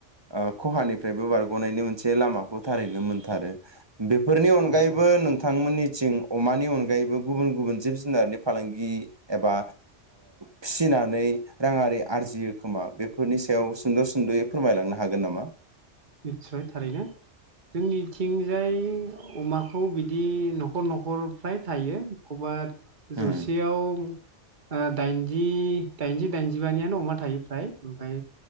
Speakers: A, on the right; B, on the right.
A: ओ खहानि फ्रायबो बारग'नायनि मोनसे लामाखौ थारैनो मोनथारो बेफोरनि अनगायैबो
B: औ औ
A: नोंथांमोननि थिं अमानि अनगायैबो गुबुन गुबुन जिब जुनारनि फालांगि एबा फिसिनानै राङारि आरजियो खोमा बेफोरनि सायाव सुद' सुद'यै फोरमायलांनो हागोन नामा?
B: निसय थारैनो जोंनि इथिंजाय अमाखौ बिदि न'खर न'खर फ्राय थायो एखौबा
A: उम
B: जौसेयाव ओ दाइनजि दाइनजि दाइनजिबानियानो अमा थायो फ्राय ओमफाय